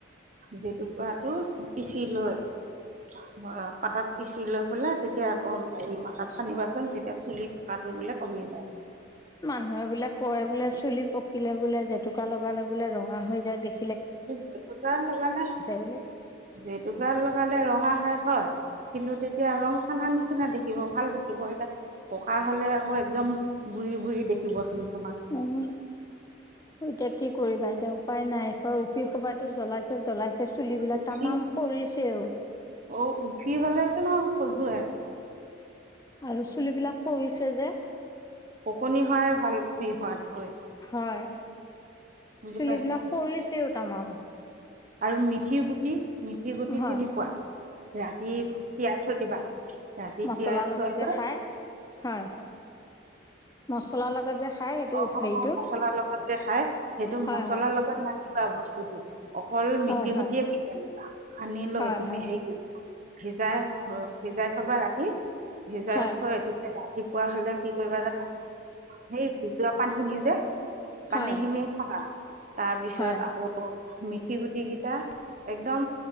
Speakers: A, on the right; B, on the left.
A: জেতুকুৰাটো পিচি লৈ ধ পাতত পিচি লৈ জেতুকাটো পিচি লৈ পাতাত পিচি লৈ পেলাই তেতিয়া আকৌ হেৰি মথাত খানিবাচোন তেতিয়া চুলি পকাটো বোলে কমি যায়।
B: মানুহে বোলে কয় বোলে, চুলি পকিলে বোলে জেতুকা লগালে বোলে ৰঙা হৈ যায় দেখি,
A: জেতুকা লগালে,
B: বুলি
A: জেতুক লগালে ৰঙা, হয় কিন্তু তেতিয়া ৰং খানা নিচিনা দেখিব ভাল দেখিব এতিয়া পকা হলে আকৌ একদম বুঢ়ী- বুঢ়ী দেখিব চুলি।
B: উম, এতিয়া কি কৰিবা এতিয়া উপায় নাই এখৰ উফি সপাইটো জ্বলাইছে, জ্বলাই, ছে চুলিবিলাক
A: উফি
B: তামাম সৰিছেও।
A: অ, উখি হ'লেতো নহ, সজুৱাই।
B: আৰু চুলিবিলাক খহিছে যে,
A: ওকণি হোৱাই ভাল উফি হোৱাতকৈ।
B: হয়।
A: বুজি
B: চুলিবিলাক
A: পাইছা
B: সৰিছেও তামাম।
A: আৰু মেথি - গুটি, মেঠি -গুটি
B: হয়
A: চিনি পোৱা ৰাতি তিয়াই থৈ দিবা। ৰাতি
B: মছলা
A: তিয়াই
B: লগত
A: থৈ
B: যে
A: লৈ
B: খাই হয়। মছলাৰ লগত যে, খাই এইটো
A: অ',
B: হেৰিটো
A: মছলাৰ লগত যে খাই সেইটো মছলাৰ
B: হয় হয়
A: লগত না, খুৱা বস্তুটো। অকল মেথি-গুটিয়ে
B: হয়
A: কেইটা দিবা। আনিলৈ
B: হয়
A: তুমি
B: হয়
A: হেৰী কৰিবা, ভিজাই, সিজাই থবা ৰাতি ভিজাই
B: হয়
A: থৈ, - ৰাতিপুৱা হলে কি কৰিবা জানা, সেই, - পানীখিনি যে, পানী-
B: হয় হয়
A: খিনি খাবা তাৰপিছত
B: হয়
A: আকৌ, - মেথি -গুটি কেইটা একদম